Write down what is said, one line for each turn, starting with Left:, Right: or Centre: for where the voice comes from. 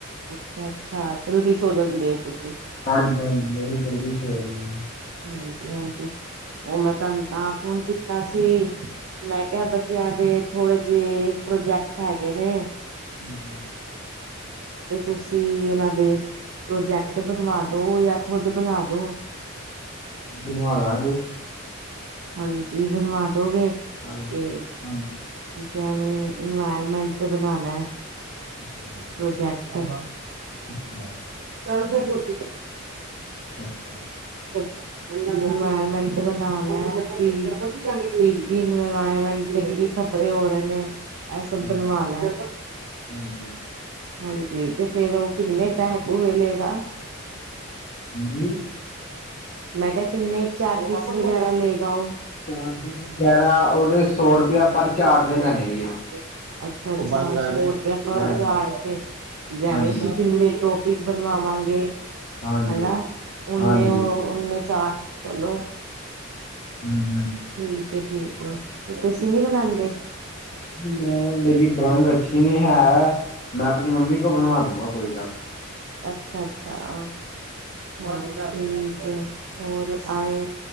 Right: ਅਛਾ-ਅੱਛਾ, ਜਲਦੀ ਸੋ ਜਾਂਦੇ ਓ ਤੁਸੀਂ?
Left: ਹਾਂਜੀ- ਹਾਂਜੀ ਬਹੁਤ ਜਲਦੀ ਸੋ ਜਾਨੇ ਆ।
Right: ਹਾਂਜੀ-ਹਾਂਜੀ ਓ ਮੈਂ ਤੈਨ ਤਾਂ ਫੋਨ ਕਿ ਕਿਤਾ ਸੀ, ਮੈਂ ਕਿਆ ਬੱਚਿਆਂ ਦੇ ਥੋੜੇ ਜੇ ਪ੍ਰੋਜੈਕਟ ਹੈਗੇ ਨੇ
Left: ਹਾਂਜੀ।
Right: ਤੇ ਤੁਸੀਂ ਉਨਾਂ ਦੇ ਪ੍ਰੋਜੈਕਟ ਬਣਵਾ ਦੋ ਯਾ ਖੁਦ ਬਣਾ ਦੋ।
Left: ਬਨਵਾ ਦਾਂਂਗੇ।
Right: ਹਾਂਜੀ ਬਣਵਾ ਦੋਗੇ ਤੇ
Left: ਹਾਂਜੀ ਹਾਂਜੀ
Right: ਤੇ ਜੈਂਵੇਂ ਇਨਵਾਇਰਮੈਂਟ ਤੇ ਬਨਾਨੈ
Left: ਅੱਛਾ।
Right: ਪ੍ਰੋਜੈਕਟ।
Left: ਅੱਛਾ।
Right: <inaudible>
Left: ਅੱਛਾ
Right: ਤੇ ਇਨਵਾਇਰਮੈਂਟ ਤੇ ਬਣਾਨੈ ਕਿ ਕੀ-ਕੀ ਇਨਵਾਇਰਮੈਂਟ ਨੇ ਕੀ ਖ਼ਤਰੇ ਹੋ ਰਏ ਨੇ, ਐ ਸਭ
Left: ਹਾਂਜੀ
Right: ਬਨਵਾਨੈ।
Left: ਹਾਂਜੀ
Right: ਹਾਂਜੀ, ਤੇ ਫਿਰ ਓ ਕਿੰਨੇ ਪੈਹੇ ਪੂਹੈ ਲੇਗਾ?
Left: ਹਾਂਜੀ
Right: ਮੈਂ ਕਿਆ ਕਿੰਨੇ ਚਾਰਜਿਸ ਵਗੈਰਾ ਲਏਗਾ ਓ?
Left: ਚਾਰਜਿਸ ਵਗੈਰਾ ਓਦੇ ਸੌ ਰੁਪਇਆ ਪਰ ਚਾਟ
Right: <unintelligible>
Left: ਦੇ ਲੈਣੇ
Right: ਅੱਛਾ-
Left: ਜੀ
Right: ਅੱਛਾ। ਓ ਬੰਦ ਕਰ ਦੇ। ਪੇਪਰ
Left: ਹਾਂਜੀ
Right: ਚਾਰਟ ਤੇ, ਜੈਵੇਂ
Left: ਹਾਂਜੀ
Right: ਅਸੀਂ ਜਿੰਨੇ ਟੋਪਿਕ ਬਣਵਾਵਾਂਗੇ
Left: ਹਾਂਜੀ
Right: ਹੈਨਾ,
Left: ਹਾਂਜੀ
Right: ਉਨੇ
Left: ਹਾਂਜੀ
Right: ਓ ਉਨੇ ਚਾਰਟ ਲੈਲੋ।
Left: ਹਾਂਜੀ-ਹਾਂਜੀ।
Right: ਠੀਕ ਏ-ਠੀਕ ਏ, ਤੇ ਤੁਸੀਂ ਨੀ ਬਣਾਂਦੇ?
Left: ਨੀ -ਨੀ ਮੈਂ ਮੇਰੀ ਡਰਾਇੰਗ ਅੱਛੀ ਨੀ ਹੈ, ਮੈਂ ਅਪਣੀ ਮੰਮੀ ਕੋ ਬਣਵਾ ਦੂੰਗਾ ਕੋਈ ਗੱਲ ਨੀ।
Right: ਅੱਛਾ- ਅੱਛਾ ਆ। ਹੋਰ ਠੀਕ ਏ, ਹੋਰ ਆਏ